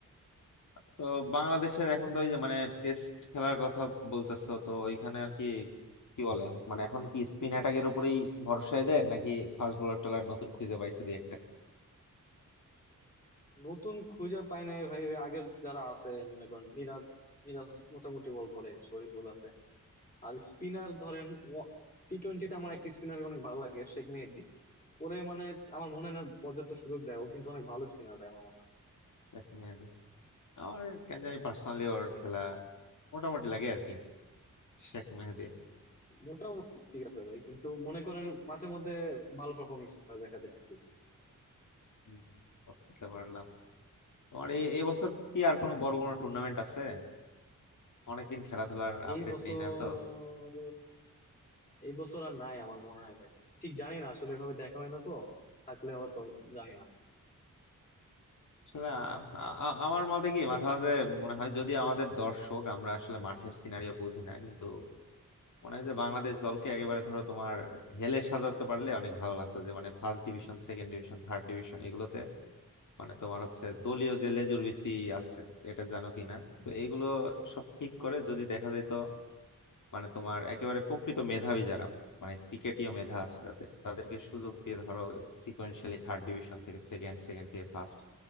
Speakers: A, on the left; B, on the left.
A: তো বাংলাদেশের এখন তো ওই যে মানে টেস্ট খেলার কথা বলতেছো তো ওইখানে আর কি কি বলে মানে এখন কি স্পিন অ্যাটাকের উপরেই ভরসায় দেয় নাকি ফাস্ট বোলার টোলার নতুন খুঁজে পাইছে দুই
B: নতুন খুঁজে পাই নাই ভাই ওই আগের যারা আছে মনে করেন মিরাজ মিরাজ মোটামুটি বল করে শরীফুল আছে আর স্পিনার ধরেন টি টোয়েন্টিতে আমার একটা স্পিনার অনেক ভালো লাগে শেখ মেহেদী ওরে মানে আমার মনে হয় না পর্যাপ্ত সুযোগ দেয় ও কিন্তু অনেক ভালো স্পিনার ভাই আমার মনে হয়
A: একটা আমার কেন জানি পার্সোনালি ওর খেলা মোটামুটি লাগে আর কি শেখ মেহেদির
B: মোটামুটি ঠিক আছে ভাই কিন্তু মনে করেন মাঝে মধ্যে ভালো পারফরমেন্স করে দেখা যায় কিন্তু
A: হুম, বুঝতে পারলাম তোমার এই এবছর কি আর কোনো বড় কোনো টুর্নামেন্ট আছে অনেকদিন খেলাধুলার আপডেট
B: এই বছর
A: নেই না তো
B: এই বছর আর নাই আমার মনে হয় ভাই ঠিক জানি না আসলে এভাবে দেখা হয় না তো থাকলে হয়তো জানি না
A: আসলে আ- আ- আমার মতে কি মাঝে মাঝে মনে হয় যদি আমাদের দর্শক আমরা আসলে মাঠের সিনারিও বুঝি না কিন্তু মনে হয় যে বাংলাদেশ দলকে একেবারে ধরো তোমার ঢেলে সাজাতে পারলে অনেক ভালো লাগতো যে মানে first division second division third division এগুলোতে মানে তোমার হচ্ছে দলীয় যে লেজুর ভিত্তি আছে এটা জানো কিনা তো এগুলো সব ঠিক করে যদি দেখা যায় তো মানে তোমার একেবারে প্রকৃত মেধাবী যারা মানে ক্রিকেটীয় মেধা আছে যাদের তাদেরকে সুযোগ দিয়ে ধরো সিকোয়েন্সিয়ালি থার্ড ডিভিশন থেকে সেকেন্ড সেকেন্ড থেকে ফার্স্ট